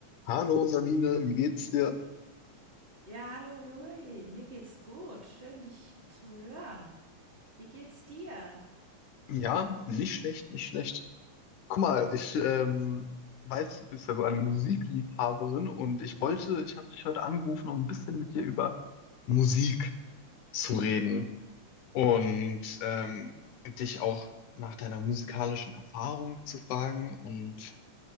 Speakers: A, on the left; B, on the right.
A: Hallo Sabine, wie geht's dir?
B: Ja, hallo Louis, mir geht's gut. Schön, dich zu hören. Wie geht's dir?
A: Ja, nicht schlecht, nicht schlecht. Guck mal, ich ähm, weiß, du bist ja so eine Musikliebhaberin und ich wollte, ich habe dich heute angerufen, um ein bisschen mit dir über Musik zu reden und ähm, dich auch nach deiner musikalischen Erfahrung zu fragen und